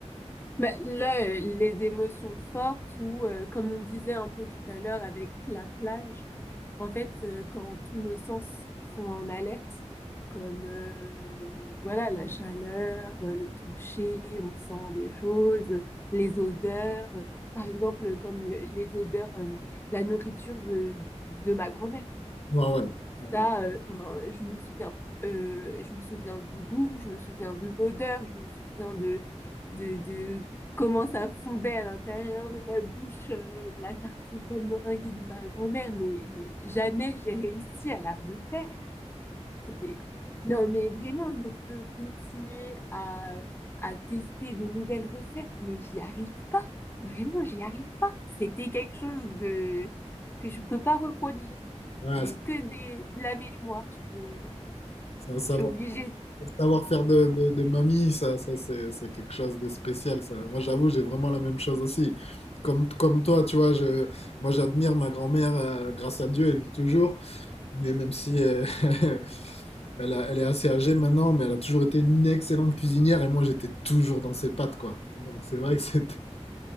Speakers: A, on the left; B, on the left.
A: Bah, là, euh, les émotions fortes ou euh, comme on disait un peu tout à l'heure avec la plage, en fait, euh, quand tous nos sens sont en alerte, comme euh, voilà la chaleur, euh, le toucher, on sent des choses, les odeurs, euh, par exemple comme le- les odeurs, euh, la nourriture je- de ma grand-mère.
B: Ouais, ouais. Ouais.
A: Ça, euh, 'fin, je me souviens, euh, je me souviens du goût, je me souviens de l'odeur, je me souviens de, de, de comment ça fondait à l'intérieur de ma bouche, euh, la tarte aux pommes meringuée de ma grand-mère, mais, mais jamais j'ai réussi à la refaire. Et- Non, mais vraiment, je peux continuer à, à tester de nouvelles recettes, mais j'y arrive pas. Vraiment, j'y arrive pas. C'était quelque chose de... que je peux pas reproduire.
B: Ouais,
A: Et
B: Ouais,
A: que des, de la mémoire, je peux, oui,
B: C'est un savoir,
A: je suis obligée.
B: un savoir-faire de, de, de mamie, ça, ça c'est c'est quelque chose de spécial. Ça. Moi, j'avoue, j'ai vraiment la même chose aussi. Comme, comme toi, tu vois, je, moi, j'admire ma grand-mère, euh, grâce à Dieu, elle vit toujours. Mais même si euh, <laughs> elle a- elle est assez âgée maintenant, mais elle a toujours été une excellente cuisinière et moi, j'étais toujours dans ses pattes, quoi. Donc, c'est vrai que <laughs> c'était.